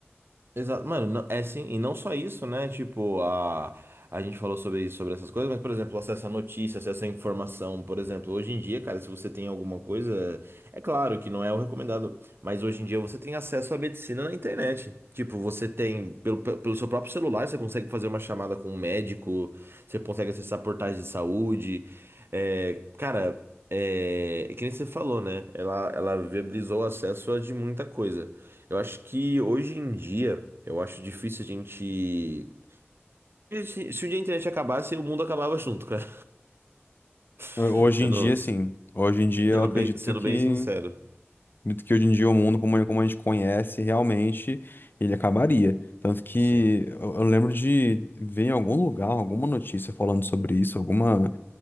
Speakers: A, on the right; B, on the left.
A: Exato, mano, não- é sim, e não só isso, né? Tipo, a, a gente falou sobre isso, sobre essas coisas, mas, por exemplo, acesso à notícia, acesso à informação, por exemplo, hoje em dia, cara, se você tem alguma coisa, é claro que não é o recomendado, mas hoje em dia você tem acesso à medicina na internet. Tipo, você tem, pelo, pe- pelo seu próprio celular, você consegue fazer uma chamada com um médico, você consegue acessar portais de saúde. É, cara, é, é que nem você falou, né? Ela, ela viabilizou o acesso a de muita coisa. Eu acho que hoje em dia, eu acho difícil a gente. Se se um dia a internet acabasse, o mundo acabava junto, cara.
B: Ho-
A: <laughs>
B: Hoje
A: Sendo,
B: em dia, sim. Hoje em dia eu
A: sendo
B: acredito
A: bem, sendo
B: que
A: bem sincero.
B: Acredito que hoje em dia o mundo, como, como a gente conhece, realmente ele acabaria. Tanto que
A: Sim.
B: eu, eu lembro de ver em algum lugar, alguma notícia falando sobre isso, alguma